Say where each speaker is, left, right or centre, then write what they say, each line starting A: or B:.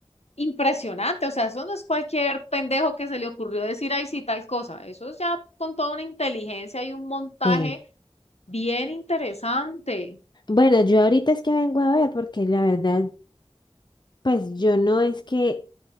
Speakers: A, on the left; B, on the left.
A: impresionante, o sea, eso no es cualquier pendejo que se le ocurrió decir, ay, sí, tal cosa, eso es ya con toda una inteligencia y un montaje
B: Sí.
A: bien interesante.
B: Bueno, yo ahorita es que vengo a ver, porque la verdad, pues yo no es que